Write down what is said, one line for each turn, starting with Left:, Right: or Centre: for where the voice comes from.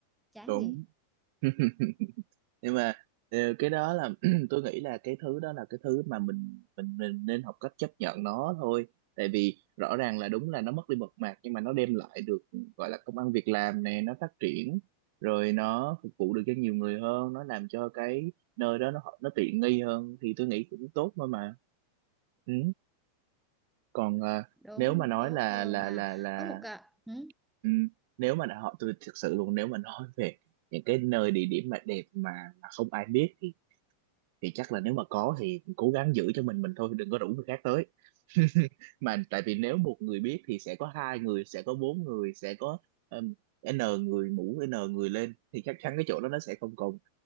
Centre: chán
Right: đúng
Centre: gì
Right: <laughs> nhưng mà ờ, cái đó là <clears throat> tôi nghĩ là cái thứ đó là cái thứ mà mình mình mình nên học cách chấp nhận nó thôi tại vì rõ ràng là đúng là nó mất đi mộc mạc nhưng mà nó đem lại được gọi là công ăn việc làm nè nó phát triển rồi nó phục vụ được cho nhiều người hơn nó làm cho cái nơi đó nó nó tiện nghi hơn thì tôi nghĩ cũng tốt thôi mà ừ còn ờ,
Centre: đúng
Right: nếu mà nói
Centre: tốt
Right: là
Centre: hơn
Right: là
Centre: mà
Right: là là
Centre: có một cả ừ,
Right: ừm, nếu mà họ tôi thực sự luôn nếu mà nói về những cái nơi địa điểm mà đẹp mà, mà không ai biết thì thì chắc là nếu mà có thì cố gắng giữ cho mình mình thôi đừng có rủ người khác tới <laughs> mà tại vì nếu một người biết thì sẽ có hai người sẽ có bốn người sẽ có um, n người mũ n người lên thì chắc chắn cái chỗ đó nó sẽ không còn